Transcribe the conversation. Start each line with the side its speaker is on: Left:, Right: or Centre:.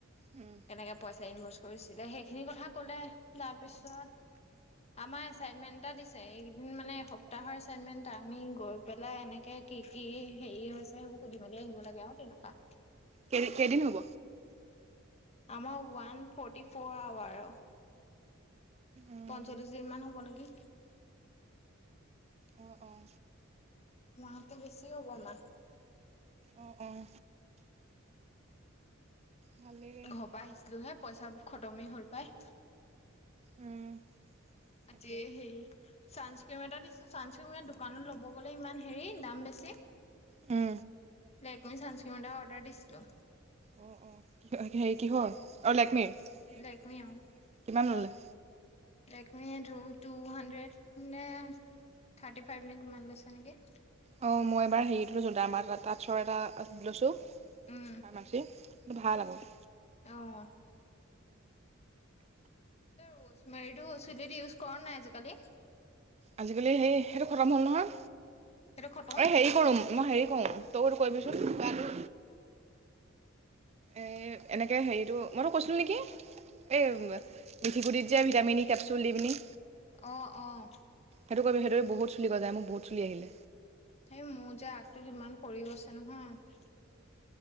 Right: উম।
Left: কেনেকে পইচা ইনভেষ্ট কৰিছিলে সেইখিনি কথা কলে তাৰপিছত আমাৰ এচাইনমেন্ট এটা দিছে এইকেদিন মানে এসপ্তাহৰ এচাইনমেন্ট এটা আমি গৈ পেলাই এনেকে কি কি হেৰি হৈছে সেইবোৰ সুধি মেলি আহিব লাগে আও তেনেকুৱা
Right: কেই কেইদিন হব।
Left: আমাৰ ওৱান ফৰ্টি ফৰ আৱাৰ
Right: উম
Left: পঞ্চল্লিশ দিন মান হ'ব নেকি
Right: অঁ অঁ
Left: মাহতে বেছি হব মাহ
Right: অঁ অঁ ভালেই দে
Left: ঘৰ পাই আহিছিলো হে পইচা খতমে হল পাই।
Right: উম তাকে।
Left: আজি হেৰি ছানস্ক্ৰীম এটা দিছো চানস্ক্ৰীম এ দোকানত ল'ব গ'লে ইমান হেৰি দাম বেছি।
Right: অ
Left: লেকমি চানস্ক্ৰীণ এটা অৰ্ডাৰ দিছিলোঁ।
Right: অঁ অঁ হেৰি কিহৰ অহ লেকমি কিমান
Left: লেকমি অ
Right: ললে।
Left: লেকমি টো টোহাণ্ড্ৰেড নে? থাৰ্তী ফাইভ নে কিমান লৈছে নেকি
Right: অঁ মই এবাৰ হেৰিত লৈছো দামাৰ তাঁতছৰ এটা লৈছোঁ ফাৰ্মাচী।
Left: উম
Right: ভাল আকৌ।
Left: অ'হ ত ৰ্মেৰিটো চুলি দি ইউজ কৰা নাই আজিকালি।
Right: আজিকালি হেই সেইটো খতম হল নহয়
Left: সেইটো খতম
Right: এই হেৰি
Left: নি
Right: কৰোম মই হেৰি কৰো তোৰ কৰিবিচোন কিপাটো এ এনেকে হেৰিটো মইতো কৈছিলো নেকি এই মিঠিকগুটিত যে ভিটামিনি কেপচুল দি পিনি
Left: অহ অহ।
Right: সেইটো কৰিবি সেইদৰে বহুত চুলি হৈ যায় মোৰ বহুত চুলি আহিল।
Left: এই মোৰ যে আগটো ইমান সৰি গৈছে নহয়।